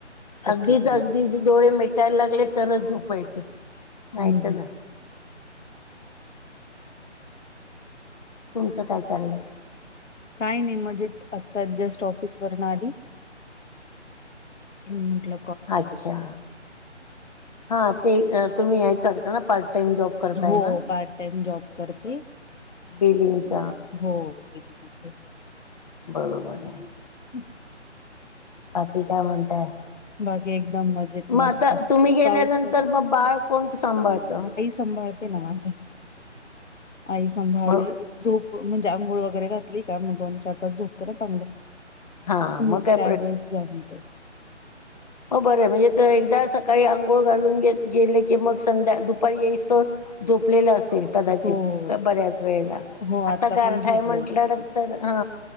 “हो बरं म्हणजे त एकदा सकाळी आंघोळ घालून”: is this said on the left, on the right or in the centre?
Left